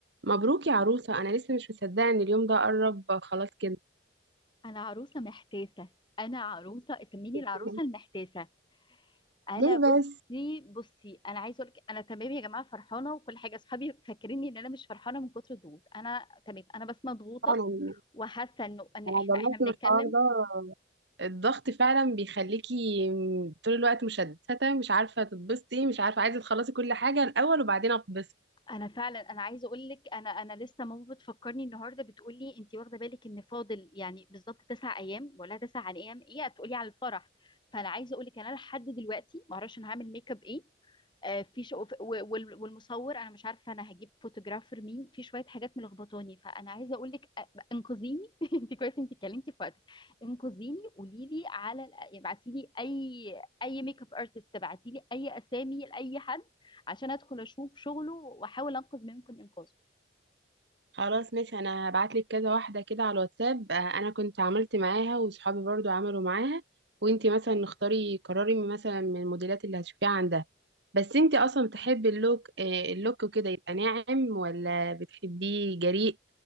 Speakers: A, on the right; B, on the left.
A: مبروك يا عروسة أنا لسه مش مصدقة إن اليوم ده قرب خلاص كده
B: انا عروسه محتاسه انا عروسه اسميني
A: <laughs>
B: العروسه المحتاسه انا
A: ليه
B: بصي
A: بس
B: بصي انا عايزه اقول لك انا تمام يا جماعه فرحانه وكل حاجه اصحابي فاكريني ان انا مش فرحانه من كتر الضغوط انا تمام انا بس مضغوطه
A: فعلا
B: وحاسه انه ان
A: أنا
B: احنا
A: جربت
B: احنا بنتكلم
A: من الحوار ده الضغط فعلا بيخليكي طول الوقت مشتتة مش عارفة تتبسطي مش عارفة عايزة تخلصي كل حاجة الأول وبعدين أتبسط
B: انا فعلا انا عايزه اقول لك انا انا لسه ماما بتفكرني النهارده بتقول لي انت واخده بالك ان فاضل يعني بالظبط تسع ايام ولا تسع عن ايام ايه هتقولي على الفرح فانا عايزه اقول لك انا لحد دلوقتي ما اعرفش انا هعمل ميك اب ايه آه، في شو... و- وال- والمصور انا مش عارفه انا هجيب فوتوجرافر مين في شويه حاجات ملخبطاني فانا عايزه اقول لك آه، انقذيني <laughs> انت كويس انت اتكلمتي في وقتك انقذيني قولي لي على ابعتي لي اي اي ميك اب ارتست ابعتي لي اي اسامي لاي حد عشان ادخل اشوف شغله واحاول انقذ ما يمكن انقاذه
A: خلاص ماشي انا هبعتلك كذا واحدة كده على الواتساب آه، انا كنت عملت معاها وصحابي برضو عملوا معاها وانتي مثلا اختاري قرري من- مثلا من الموديلات اللي هتشوفيها عندها بس انتي اصلا بتحبي اللوك آه، اللوك وكده يبقى ناعم ولا بتحبيه جريء